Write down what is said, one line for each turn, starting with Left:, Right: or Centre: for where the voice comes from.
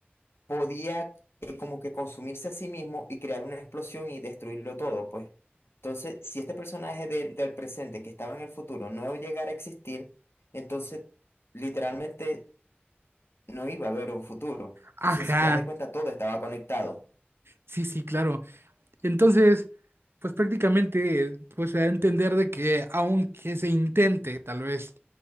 Left: podía eh, como que consumirse a sí mismo y crear una explosión y destruirlo todo, pues. Entonces, si este personaje de- del presente que estaba en el futuro no llegara a existir, entonces literalmente no iba a haber un futuro.
Right: Ajá.
Left: Entonces, si te das de cuenta, todo estaba conectado.
Right: Sí, sí, claro. Entonces, pues prácticamente, eh, pues se da a entender de que aunque se intente tal vez